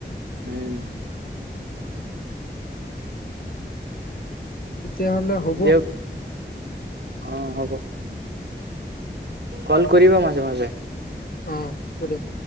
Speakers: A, on the right; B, on the left.
A: উম
B: তেতিয়াহ'লে হ'ব।
A: দিয়ক অ হ'ব কল কৰিবা মাজে মাজে।
B: অ হ'ব দিয়ক।